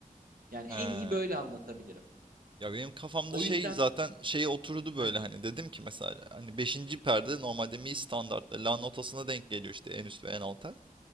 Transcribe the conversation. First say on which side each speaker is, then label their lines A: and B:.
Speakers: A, on the right (about 75°); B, on the right (about 35°).
A: Yani en
B: he.
A: iyi böyle anlatabilirim.
B: Ya benim kafamda
A: O
B: şey
A: yüzden
B: zaten şey oturdu böyle
A: <laughs>
B: hani dedim ki mesela hani beşinci perde normalde mi standartta la notasına denk geliyor işte en üst ve en alt tel.